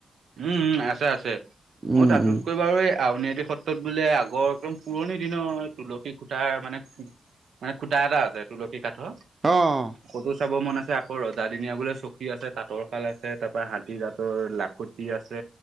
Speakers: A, on the right; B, on the right.
A: উম, উম আছে, আছে।
B: উম,
A: মোৰ তাতোতকৈ
B: উম,
A: বাৰু এই আউনী সত্ৰত বোলে আগৰ একদম পুৰণি দিনৰ তুলসী খূটাৰ মানে মানে খুটা এটা আছে, তুলসী কাঠৰ।
B: অ',
A: <unintelligible> চাব মন আছে, আকৌ ৰজাদিনীয়া বোলে চকী আছে, তাঁতৰ শাল আছে, তাৰপা হাতী দাঁতৰ লাখুত আছে